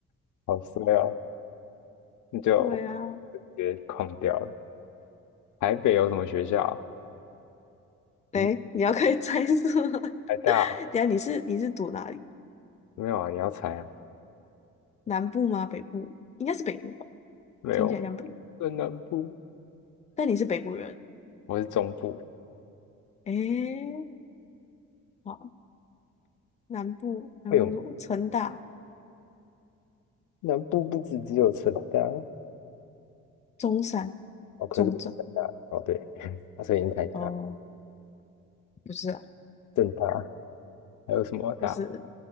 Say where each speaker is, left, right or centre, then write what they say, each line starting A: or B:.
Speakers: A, on the left (about 75°); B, on the left (about 25°).
A: 好衰哦，你就
B: 对啊，
A: 直接框掉了。台北有什么学校 <laughs>
B: 哎，
A: 嗯，
B: 你要可以猜是吗
A: 台大啊
B: <laughs> 等一下你是你是读哪里？
A: 没有啊？你要猜啊？
B: 南部吗？北部？应该是北部吧，
A: 没有，
B: 听起来像北部
A: 在南部，
B: 但你是北部人，
A: 我是中部，
B: 哎。好南部南部城大、
A: 会有。南部不止只有成大
B: 中山、
A: 哦，可是不是成大哦，
B: 中正，
A: 对，<laughs> 它声音太大、
B: 哦，不是啊，
A: 正大还有什么大、
B: 就是，